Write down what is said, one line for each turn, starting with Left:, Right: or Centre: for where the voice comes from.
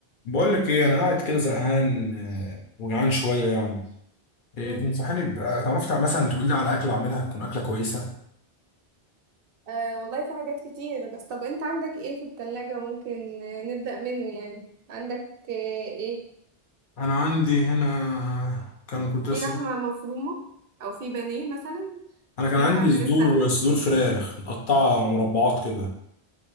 Left: بقول لك ايه انا قاعد كده زهقان آه، وجعان شويه يعني إيه
Right: مم.
Left: تنصحني بقى تعرف تع- مثلا تقول لي على اكله اعملها تكون اكله كويسه
Right: آه والله في حاجات كتير بس طب انت عندك ايه في التلاجة ممكن آه، نبدأ منه يعني عندك آه ايه
Left: انا عندي هنا كان كنت
Right: في
Left: لسه
Right: لحمة مفرومة او في بانيه مثلا
Left: انا كان
Right: يقول
Left: عندي
Right: لك على حاجات
Left: صدور
Right: سهلة
Left: صدور فراخ متقطعه مربعات كده